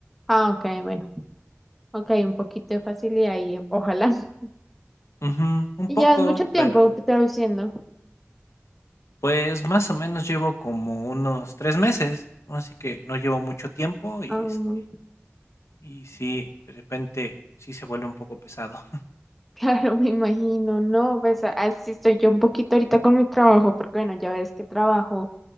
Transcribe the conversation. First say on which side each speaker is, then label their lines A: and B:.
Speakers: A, in the centre; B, on the left.
A: Ah, ok, bueno. Ok, un poquito de facilidad y ojalá. <laughs>
B: Ujú, un
A: Y
B: poco,
A: ya es mucho tiempo
B: pero
A: traduciendo.
B: Pues, más o menos llevo como unos 3 meses, ¿no? así que no llevo mucho tiempo y,
A: Ah, <laughs>
B: este, y sí, de repente sí se vuelve un poco pesado. <laughs>
A: claro, me imagino, no, pues a- así estoy yo un poquito ahorita con mi trabajo, porque bueno, ya ves que trabajo.